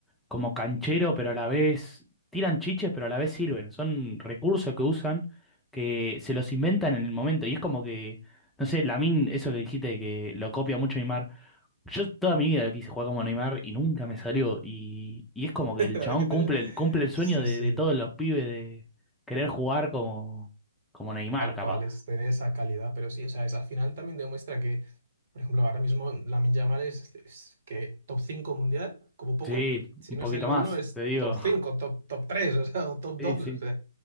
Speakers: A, in the centre; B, on the right.
A: como canchero, pero a la vez tiran chiches, pero a la vez sirven. Son recursos que usan, que se los inventan en el momento. Y es como que, no sé, Lamine, eso que dijiste, que lo copia mucho Neymar. Yo toda mi vida lo quise jugar como Neymar y nunca me salió. Y, y es como
B: <laughs>
A: que
B: Así
A: el chabón
B: que te-
A: cumple, el- cumple el sueño
B: Sí,
A: de,
B: sí.
A: de todos los pibes de querer jugar como, como Neymar,
B: Tal
A: capaz.
B: cual, es tener esa calidad. Pero sí, o sea, es- al final también demuestra que, por ejemplo, ahora mismo Lamine Yamal es, es que top 5 mundial, como poco.
A: Sí,
B: Si
A: un
B: no
A: poquito
B: es el
A: más,
B: uno es
A: te digo.
B: top 5 top, top 3 o sea, o top
A: Sí,
B: 2
A: sí.